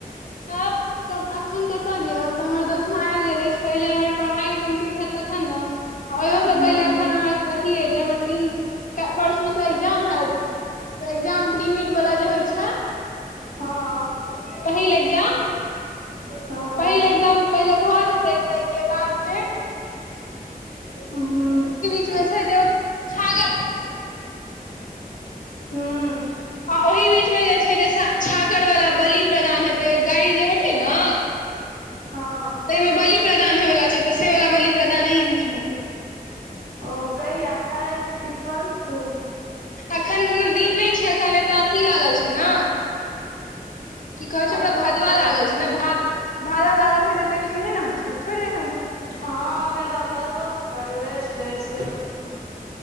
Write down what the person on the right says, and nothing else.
हूँ
हँ
हँ
हूँ
हं
हँ
ओ कहिया काइल की परसू
आ
सोच
अछि
हँ एखन तऽ भदबो तऽ पड़ले छै सेहो छै